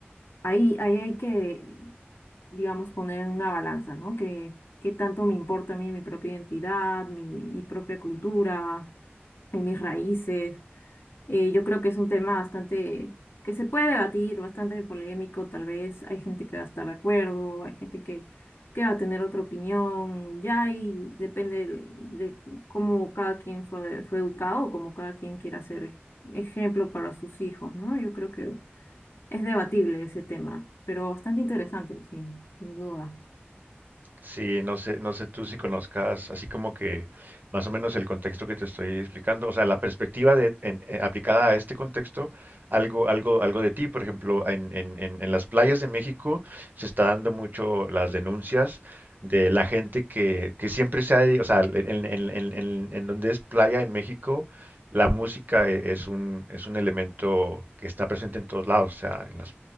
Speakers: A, on the left; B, on the right.
A: ahí, ahí hay que, digamos, poner en una balanza, ¿no? Que, qué tanto me importa a mí mi propia identidad, mi, mi propia cultura en mis raíces. Eh, yo creo que es un tema bastante que se puede debatir, bastante polémico, tal vez. Hay gente que va a estar de acuerdo, hay gente que, que va a tener otra opinión, ya y depende del- de, cómo cada quien fue, fue educado, cómo cada quien quiera ser ejemplo para sus hijos, ¿no? Yo creo que es debatible ese tema, pero bastante interesante, sí, sin duda.
B: Sí, no sé, no sé tú si conozcas así como que más o menos el contexto que te estoy explicando, o sea, la perspectiva de, en- eh, aplicada a este contexto, algo, algo, algo de ti, por ejemplo, en, en, en, en las playas de México se está dando mucho las denuncias de la gente que, que siempre se ha, de- o sea, en, en, en, en, en donde es playa en México, la música e- es un, es un elemento que está presente en todos lados, o sea, en las,